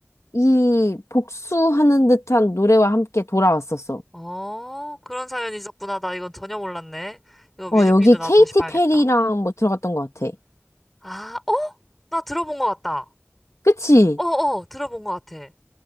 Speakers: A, on the left; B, in the centre.
A: 이 복수하는 듯한 노래와 함께 돌아왔었어.
B: 어, 그런 사연이 있었구나. 나 이건 전혀 몰랐네. 이거 뮤직비디오
A: 어, 여기
B: 나도
A: 케이티
B: 다시 봐야겠다.
A: 페리랑 뭐 들어갔던 것 같아.
B: 아, 어? 나 들어본 것 같다.
A: 그치?
B: 어, 어, 들어본 것 같아.